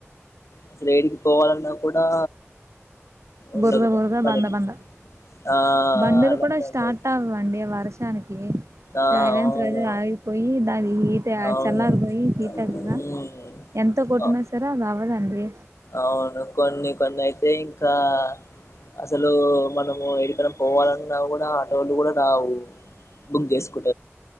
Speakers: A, on the left; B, on the right.
A: అసలు ఏడికి పోవాలన్నా కూడా
B: బురుద
A: ఉండదు
B: బురుద
A: మనకి
B: బందా బందా
A: ఆ
B: బండులు
A: అలానే
B: కూడా స్టార్ట్
A: ఉంటది
B: అవవండి వర్షానికి
A: ఆ
B: సైరిన్స్
A: అవును
B: కూడ ఆగిపోయి దాని ఈ ఇట
A: అవునండి
B: చల్లార్ పోయి హీటర్ రా
A: ఉమ్
B: ఎంత కొట్టిన
A: ఆ
B: సరే అది అవ్వదండీ
A: అవును కొన్ని కొన్ని అయితే ఇంకా అసలు మనం ఓ ఎక్కడ పోవాలన్నా కూడా ఆటోలు కూడా రావు బుక్ చేసుకు